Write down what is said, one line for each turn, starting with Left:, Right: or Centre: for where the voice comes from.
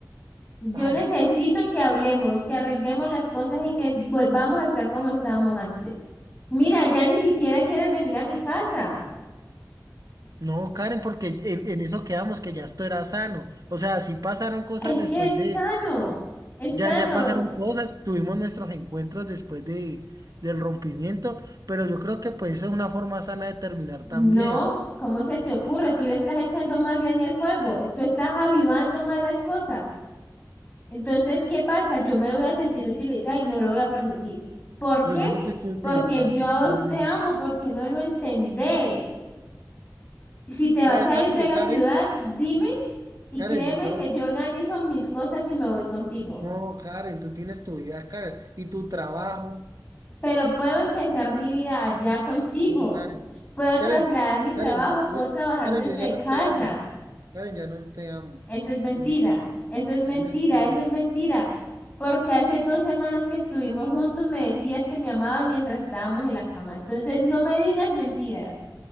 Left: Yo
Right: ay,
Left: necesito que hablemos, que arreglemos las cosas y que volvamos a estar como estábamos antes. Mira, ya ni siquiera quieres venir a mi casa.
Right: no, Karen, porque en, en eso quedamos, que ya esto era sano, o sea, sí pasaron cosas
Left: Es
Right: después
Left: que es
Right: de.
Left: sano, es
Right: Ya,
Left: sano.
Right: ya pasaron cosas, tuvimos nuestros encuentros después de, del rompimiento, pero yo creo que pues esa es una forma sana de terminar
Left: No,
Right: también.
Left: ¿cómo se te ocurre? Tú le estás echando más leña al fuego, tú estás avivando más las cosas. Entonces, ¿qué pasa? Yo me voy a sentir utilizada y no lo voy a permitir. ¿Por
Right: Pues
Left: qué?
Right: yo no te estoy utilizando,
Left: Porque yo a
Right: no
Left: vos
Right: digas
Left: te amo,
Right: eso.
Left: porque no lo entendés. Si te
Right: ¿Sabes
Left: vas a
Right: algo,
Left: ir de la
Right: Karen?
Left: ciudad, dime y
Right: Karen,
Left: créeme
Right: yo,
Left: que yo organizo mis cosas y me voy contigo.
Right: no, Karen, tú tienes tu vida, Karen, y tu trabajo,
Left: Pero puedo empezar mi vida allá contigo.
Right: no, Karen.
Left: Puedo
Right: Karen,
Left: trasladar mi trabajo,
Right: Karen,
Left: puedo
Right: yo, yo-
Left: trabajar
Right: Karen,
Left: desde
Right: yo ya no
Left: casa.
Right: te amo. Karen, ya no te amo.
Left: Eso es mentira,
Right: Yo,
Left: eso es mentira,
Right: yo ya no te
Left: eso
Right: amo.
Left: es mentira. Porque hace dos semanas que estuvimos juntos me decías que me amabas mientras estábamos en la cama. Entonces no me digas mentiras.